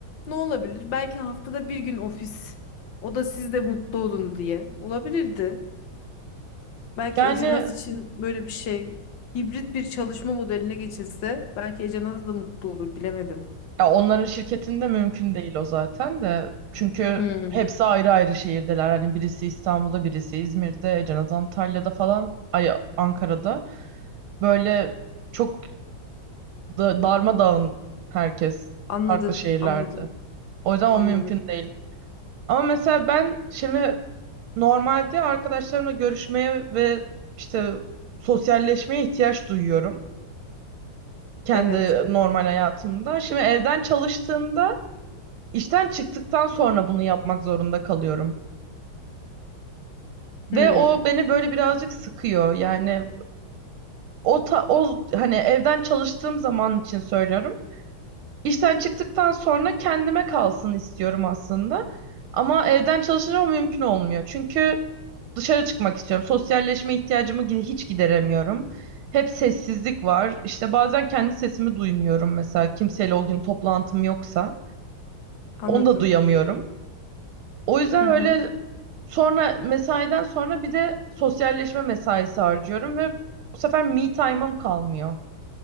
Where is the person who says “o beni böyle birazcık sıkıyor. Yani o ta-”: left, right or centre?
Right